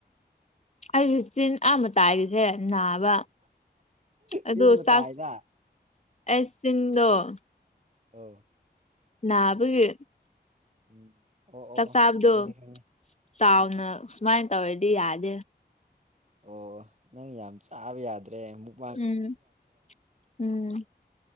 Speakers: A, on the left; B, on the right.
A: ꯑꯩꯒꯤ ꯆꯤꯟ ꯑꯥ ꯃꯇꯥꯏ ꯒꯤꯁꯦ ꯅꯥꯕ ꯑꯗꯨ
B: ꯆꯤꯟ ꯃꯇꯥꯏꯗ
A: ꯆꯥꯛ ꯑꯩ ꯆꯤꯟꯗꫭ
B: ꯑꯥꯎ
A: ꯅꯥꯕꯒꯤ
B: ꯎꯝ ꯑꯣ ꯑꯣ
A: ꯆꯥꯛ
B: ꯑꯣ
A: ꯆꯥꯕꯗꯣ
B: ꯈꯪꯉꯦ ꯈꯪꯉꯦ
A: ꯆꯥꯎꯅ
B: ꯎꯝ
A: ꯁꯨꯃꯥꯏꯅ ꯇꯧꯔꯗꯤ ꯌꯥꯗꯦ
B: ꯑꯣ ꯅꯪ ꯌꯥꯝ ꯆꯥꯕ ꯌꯥꯗ꯭ꯔꯦ ꯑꯃꯨꯛ
A: ꯎꯝ ꯎꯝ